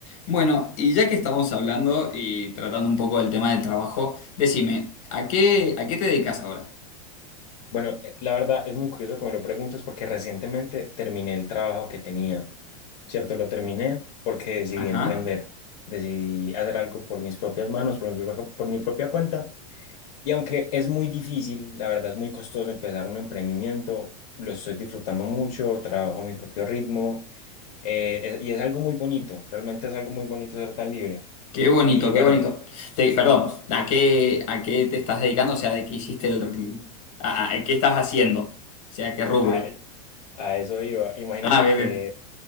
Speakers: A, on the left (about 55°); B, on the left (about 75°).
A: Bueno, y ya que estamos hablando y tratando un poco del tema del trabajo, decime, ¿a qué, a qué te dedicas ahora?
B: Bueno, eh, la verdad es muy curioso que me lo preguntes porque recientemente terminé el trabajo que tenía, ¿cierto? Lo terminé porque decidí
A: Ajá,
B: emprender, decidí hacer algo por mis propias manos, por mi propia, por mi propia cuenta. Y aunque es muy difícil, la verdad es muy costoso empezar un emprendimiento, lo estoy disfrutando mucho, trabajo a mi propio ritmo eh, es- y es algo muy bonito, realmente es algo muy bonito ser tan libre.
A: qué bonito,
B: Y bueno,
A: qué bonito. Te- perdón, ¿a qué, a qué te estás dedicando? O sea, ¿de qué hiciste el... a- a- qué estás haciendo? O sea, ¿qué rubro?
B: a, a eso iba. Imagínate
A: Ah, bien,
B: que
A: bien.